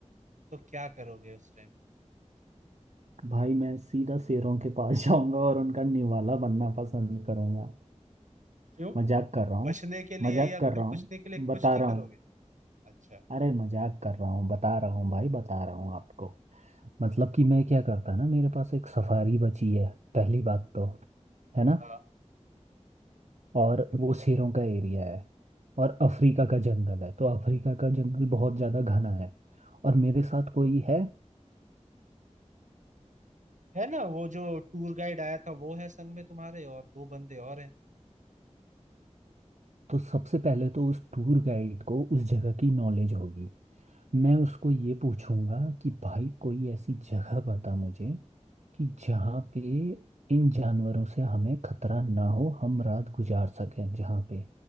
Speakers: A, on the right (about 85°); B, on the right (about 70°).
A: तो क्या करोगे उस टाइम
B: भाई मैं सीधा शेरों के पास <laughs> जाऊंगा और उनका निवाला बनना पसंद करूंगा
A: क्यों
B: मजाक कर रहा हूँ
A: बचने के लिए
B: मजाक
A: या फिर
B: कर रहा हूँ
A: पूछने के लिए कुछ
B: बता
A: नहीं
B: रहा
A: करोगे
B: हूँ
A: अच्छा
B: अरे मजाक कर रहा हूँ बता रहा हूँ भाई बता रहा हूँ आपको मतलब कि मैं क्या करता ना मेरे पास एक सफारी बची है पहली बात तो है ना
A: हाँ
B: और वो शेरों का एरिया है और अफ्रीका का जंगल है तो अफ्रीका का जंगल बहुत ज़्यादा घना है और मेरे साथ कोई है
A: है ना वो जो टूर गाइड आया था वो है संग में तुम्हारे और दो बंदे और हैं
B: तो सबसे पहले तो उस टूर गाइड को उस जगह की नॉलेज होगी मैं उसको ये पूछूंगा कि भाई कोई ऐसी जगह बता मुझे कि जहाँ पे इन जानवरों से हमें खतरा ना हो हम रात गुजार सकें जहाँ पे